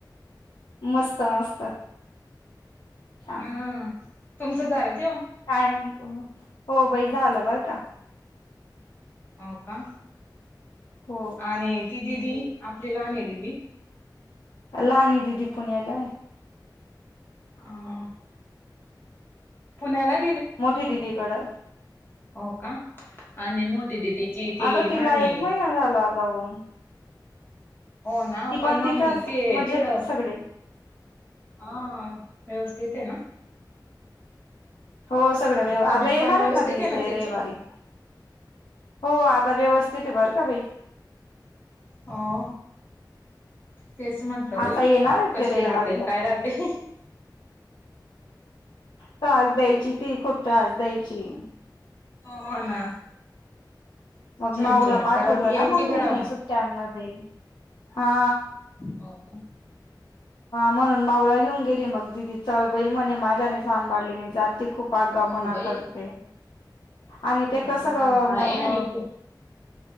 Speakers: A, on the left; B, on the left.
A: मस्त मस्त छान
B: हा. तुमचं झालं जेवण?
A: काय म्हणतो? हो बाई झालं बरं का
B: हो का
A: हो
B: आणि ती दिदी आपली लहान आहे दिदी
A: लहान दिदी पुण्याला हाय.
B: हा. पुण्याला हाय.
A: मोठी दिदी कडं
B: हो का आणि मोठी दिदीची ती
A: अगं तिला
B: लहान आहे.
A: एक महिना झाला जाऊन
B: हो ना
A: ती
B: पण
A: तिथंच
B: मग ते
A: मजेत
B: तिकडं
A: सगळे
B: हा व्यवस्थित आहे ना?
A: हो सगळं वव
B: तब्येत
A: आता येणार
B: पाणी व्यवस्थित
A: आहेत ना, ते येत्या
B: आहे तिची
A: रविवारी हो आता व्यवस्थित बर का बाई
B: हो. तेच म्हंटलं
A: आता
B: बाई
A: येणार आहेत
B: कशी
A: ते रविवारी
B: राहते न काय राहते.
A: त्रास द्यायची ती खूप त्रास द्याय ची
B: हो ना.
A: मग
B: छुन
A: माऊला
B: छुन
A: पाठवलं
B: करत यायची
A: ना मम्मीने
B: घरामध्ये
A: सुट्ट्यांमध्ये हा.
B: हो का
A: म्हणून माऊला घेऊन गेली मग दिदी. चल बाई मणे माझ्याने सांभाळले नाही जात. ते खूप आगाऊपणा
B: हो बाई
A: करते आणि ते
B: लहान
A: कसं
B: आहे
A: मग
B: आणि पुट